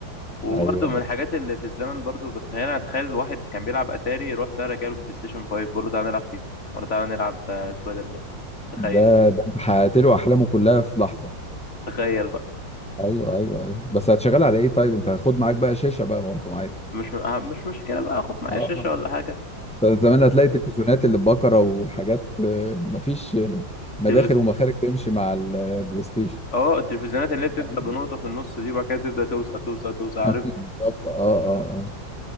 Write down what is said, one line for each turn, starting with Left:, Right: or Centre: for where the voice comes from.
Left: وبرضه
Centre: ايوه
Left: من
Centre: ايوه
Left: الحاجات اللي في الزمن برضه بتخيلها اتخيل الواحد كان بيلعب اتاري روح تعالى جاله بلاي ستيشن 5 بقول له تعالى نلعب فيفا ولا تعالى نلعب آه، سبايدر مان تخيل
Centre: ده ده انت حققت له احلامه كلها في لحظه
Left: تخيل بقى
Centre: ايوه ايوه ايوه بس هتشغل على ايه طيب انت هتاخد معاك بقى شاشه بقى برضه معاك
Left: مش آه، مش مشكله بقى خد معايا
Centre: اه
Left: شاشه
Centre: آه.
Left: ولا حاجه
Centre: ده زمان هتلاقي تلفزيونات اللي ببكره وحاجات آه، مفيش آه، مداخل
Left: والتلفزيون
Centre: ومخارج تمشي مع البلاي ستيشن
Left: اه التلفزيونات اللي هي بتبدا
Centre: <laughs>
Left: بنقطه في النص دي وبعد كده تبدا توسع توسع توسع عارف
Centre: بالظبط اه اه آه.